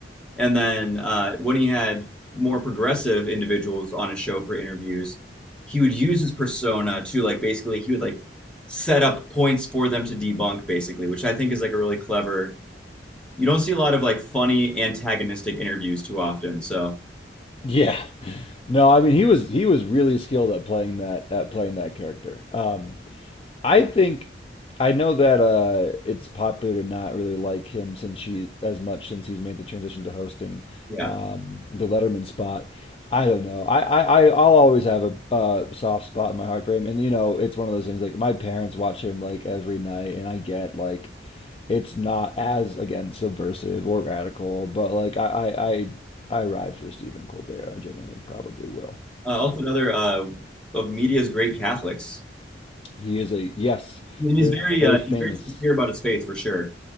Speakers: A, in the centre; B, on the left (about 30°).
A: and then uh, when he had more progressive individuals on his show for interviews he would use his persona to like basically he would like set up points for them to debunk basically which i think is like a really clever you don't see a lot of like funny antagonistic interviews too often so
B: Yeah. No, I mean he was he was really skilled at playing that at playing that character. Um, I think I know that uh, it's popular to not really like him since he as much since he's made the transition to hosting
A: yeah
B: um, the Letterman spot. I don't know. I, I I- I'll always have a uh, soft spot in my heart for him, and you know it's one of those things like my parents watch him like every night, and I get like it's not as again subversive or radical, but like I I I, I ride for Stephen Colbert. I genuinely probably will.
A: uh, also
B: So
A: another uh, of media's great catholics
B: he is a yes,
A: And he's
B: very,
A: very
B: very
A: uh,
B: famous.
A: he's very sincere about his faith for sure.